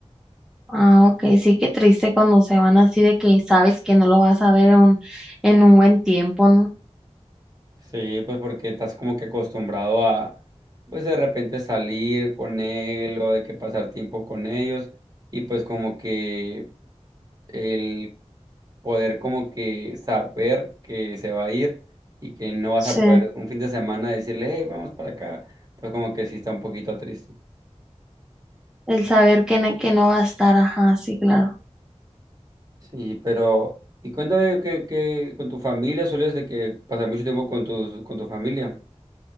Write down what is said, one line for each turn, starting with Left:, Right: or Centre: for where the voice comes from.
Centre: Ah, ok, sí, qué triste cuando se van así de que sabes que no lo vas a ver en un, en un buen tiempo, ¿no?
Right: Sí, pues porque estás como que acostumbrado a, pues de repente salir con él o de que pasar tiempo con ellos y pues como que el poder como que saber que se va a ir y que no vas
Centre: Sí,
Right: a poder un fin de semana decirle, hey, vamos para acá, pues como que sí está un poquito triste.
Centre: el saber que, ne- que no va a estar, ajá, sí, claro.
Right: Sí, pero, y cuéntame que, que con tu familia sueles de que pasar mucho tiempo con tus, con tu familia.